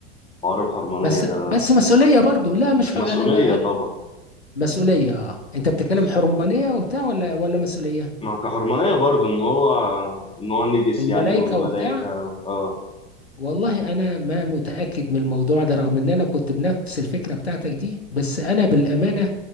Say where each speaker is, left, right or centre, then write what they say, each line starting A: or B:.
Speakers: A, on the left (about 20°); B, on the left (about 85°).
A: حوار الحرمانيه
B: بس
A: ده
B: بس مسؤوليه برضه لا مش
A: ومسؤوليه
B: ح... انا ما
A: طبعا
B: انا مسؤوليه اه انت بتتكلم
A: بس
B: حرمانيه وبتاع ولا ولا مسؤوليه
A: مع كحرمانيه برضه ان هو ان هو نجس
B: الملائكه
A: يعني والملائكه
B: وبتاع
A: اه
B: والله انا ما متاكد من الموضوع ده رغم ان انا كنت بنفس الفكره بتاعتك دي بس انا بالامانه